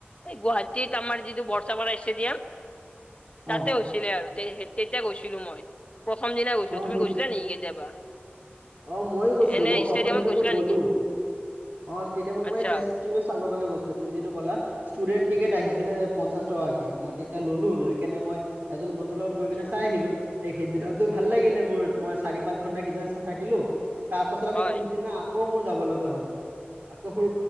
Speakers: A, on the left; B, on the right.
A: এই গুৱাহাটীত আমাৰ যিটো বৰ্ষাপাৰা ষ্টেডিয়াম। তাতে
B: অ
A: হৈছিলে আৰু তেতিয়া গৈছিলো মই। প্ৰথমদিনা গৈছো,
B: অ
A: তুমি
B: সেই
A: গৈছিলা নেকি কেতিয়াবা?
B: অ ময়ো গৈছিলো
A: এনে
B: মই প্ৰথম
A: ষ্টেডিয়ামত
B: দিনাতো
A: গৈছিলা
B: গ'লো।
A: নেকি?
B: অৱ ষ্টেডিয়ামত
A: আচ্ছা
B: মই টেষ্ট টিউএ চাব কাৰণে গৈছিলো তুমি যিটো কলা, ষ্টুডেণ্ট টিকট আহিছিলে পঞ্চাশ টকাকৈ মই তেতিয়া ললো লৈ কেনে মই এজন বন্ধু -ৰ লগত গৈ
A: আচ্ছা
B: কিনে চাই আহিলো। সেইদিনাতো ভাল লাগিলে মোৰ মই চাৰি পাঁচ ঘন্টা সিদিনা চাই থাকিলো। তাৰ পাছত আকৌ
A: হয়
B: পিছদিনা আকৌ মোৰ যাব লগা হ'ল আকৌ সোৰ